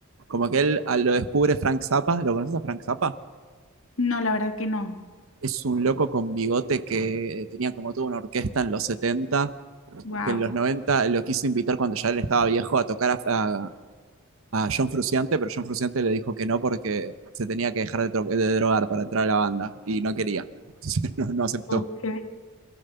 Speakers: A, on the right; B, on the left.
A: Como que él ah, lo descubre Frank Zappa, ¿lo conoces a Frank Zappa?
B: No, la verdad que no.
A: Es un loco con bigote que tenía como toda una orquesta en los 70,
B: Wow.
A: que en los 90 lo quiso invitar cuando ya él estaba viejo a tocar a, a- a John Frusciante pero John Frusciante le dijo que no porque se tenía que dejar de, de drogar para entrar a la banda y no quería. <laughs> Entonces no, no aceptó.
B: Ok.